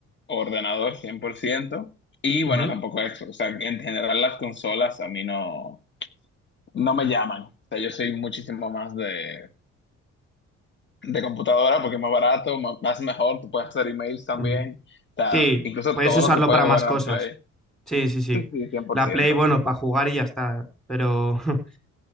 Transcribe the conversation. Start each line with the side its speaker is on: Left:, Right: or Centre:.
Left: ordenador cien por ciento Y bueno,
Centre: Ujú.
Left: tampoco eso O sea, en general las consolas a mí no, no me llaman. O sea, yo soy muchísimo más de, de computadora porque es más barato, ma- más mejor, tú puedes hacer emails también.
Centre: Ujú.
Left: O sea,
Centre: Sí,
Left: incluso
Centre: puedes
Left: todo
Centre: usarlo
Left: lo que puedes
Centre: para
Left: jugar
Centre: más cosas.
Left: en Play.
Centre: Sí, sí, sí.
Left: Sí, sí, cien por
Centre: La
Left: ciento
Centre: Play, bueno, para jugar y ya está. Pero <laughs>